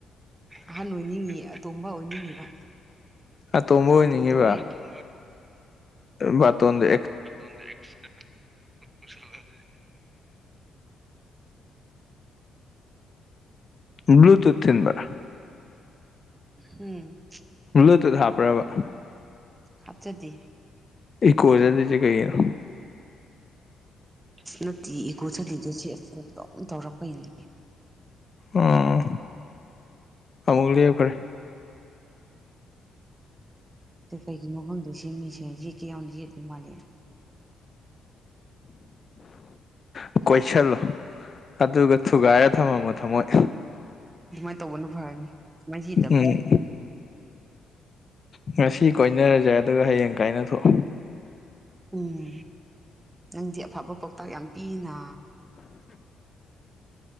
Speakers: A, on the right (about 20°); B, on the left (about 40°).
A: ꯑꯍꯟ ꯑꯣꯏꯅꯤꯡꯉꯤ ꯑꯇꯣꯝꯕ ꯑꯣꯏꯅꯤꯡꯉꯤꯕ
B: ꯑꯇꯣꯝꯕ ꯑꯣꯏꯅꯤꯡꯉꯤꯕ
A: ꯕꯥꯔꯇꯣꯟ ꯇꯧꯔꯛꯏꯕ
B: ꯕꯥꯇꯣꯟꯗ
A: ꯣꯟꯗ ꯑꯦꯛꯁꯇ꯭ꯔꯁꯗꯤ
B: ꯕ꯭ꯂꯨ ꯇꯨꯊ ꯊꯤꯟꯕꯔ
A: ꯍꯨꯝ
B: ꯂꯇ ꯊ ꯍꯥꯄ꯭ꯔꯕ
A: ꯍꯥꯞꯆꯗꯦ
B: ꯏꯀꯣ ꯆ꯬ꯂꯤꯁꯦ ꯀꯩꯒꯤꯅꯣ
A: ꯑ ꯅꯠꯇꯤ ꯏꯒꯨ ꯁꯗꯤꯒ ꯁꯦꯠ ꯑꯗꯨꯝ ꯇꯧꯔꯛꯄꯩꯅꯦ
B: ꯎꯝ ꯑꯃꯨꯛ ꯂꯦꯞꯈ꯭ꯔꯦ
A: ꯑꯗ ꯀꯩꯒꯤꯅꯣ ꯈꯪꯗꯣꯏ ꯁꯤ ꯃꯤꯁꯦ ꯌꯦꯛꯀꯦ ꯌꯥꯝꯅ ꯌꯦꯛꯇꯦ ꯃꯥꯜꯂꯦ
B: ꯎ <unintelligible> ꯀꯣꯏꯁꯤꯜꯂꯣ ꯑꯗꯨꯒ ꯊꯨꯒꯥꯏꯔ ꯊꯝꯃꯃꯣ ꯊꯃꯣꯏ
A: ꯑꯗꯨꯃꯥꯏꯅ ꯇꯧꯕꯅ ꯐꯔꯅꯤ ꯁꯨꯃꯥꯏ ꯍꯗꯕꯅꯤ
B: ꯎꯝ ꯉꯁꯤ ꯀꯣꯏꯅꯔꯁꯦ ꯑꯗꯨꯒ ꯍꯌꯦꯡ ꯀꯥꯏꯅ ꯊꯣꯛ
A: ꯎꯝ ꯅꯪꯗꯤ ꯑꯐꯕ ꯄꯥꯎꯇꯥꯛ ꯌꯥꯝ ꯄꯤꯅ